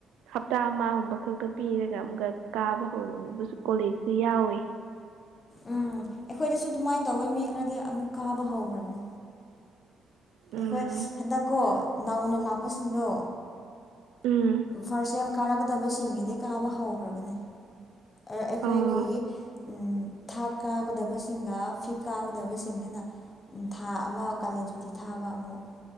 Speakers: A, on the right (about 90°); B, on the left (about 35°).
A: ꯍꯞꯇꯥ ꯑꯃꯒꯨꯝꯕ ꯈꯛꯇ ꯄꯤꯔꯒ ꯑꯃꯨꯛꯀ ꯀꯥꯕ ꯍꯧꯕꯁꯨ ꯀꯣꯂꯦꯖꯁꯦ ꯌꯥꯎꯋꯦ
B: ꯎꯝ ꯑꯈꯣꯏꯗꯁꯨ ꯑꯗꯨꯃꯥꯏꯅ ꯇꯧꯋꯦ ꯃꯤ ꯈꯔꯗꯤ ꯑꯃꯨꯛ ꯀꯥꯕ ꯍꯧꯒ꯭ꯔꯕꯅꯤ
A: ꯎꯝ
B: ꯑꯩꯈꯣꯏ ꯍꯟꯗꯛꯀꯣ ꯅꯧꯅ ꯂꯥꯛꯄꯁꯤꯡꯗꯣ
A: ꯎꯝ
B: ꯐꯥꯔꯁ ꯁꯦꯝ ꯀꯥꯔꯛꯀꯗꯕꯁꯤꯡꯒꯤꯗꯤ ꯀꯥꯕ ꯍꯧꯈ꯭ꯔꯕꯅꯤ ꯑꯩꯈꯣꯏꯒꯤ
A: ꯑꯣ
B: ꯎꯝ ꯊꯥꯔꯠ ꯀꯥꯒꯗꯕꯁꯤꯡꯒ ꯐꯤꯞ ꯀꯥꯒꯗꯕꯁꯤꯡꯖꯤꯅ ꯎꯝ ꯊꯥ ꯑꯃ ꯀꯥꯂꯦꯟ ꯁꯨꯇꯤ ꯊꯥꯕ ꯑꯃꯨꯛ